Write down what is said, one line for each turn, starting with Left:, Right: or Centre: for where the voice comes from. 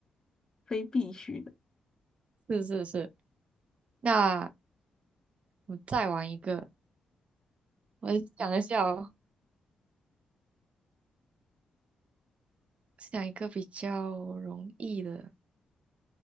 Left: 非必须的，
Right: 是是是。那我再玩一个，我想一下哦，想一个比较容易的。